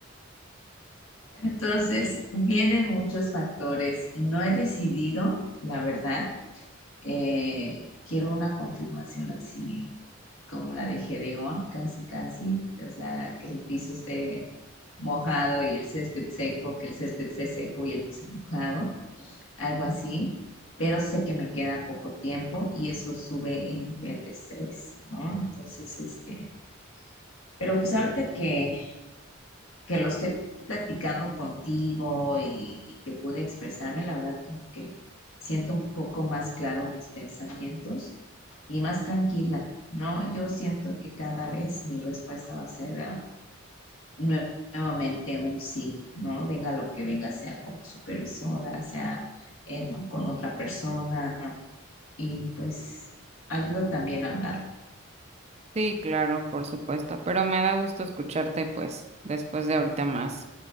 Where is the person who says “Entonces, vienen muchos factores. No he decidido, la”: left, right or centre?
Left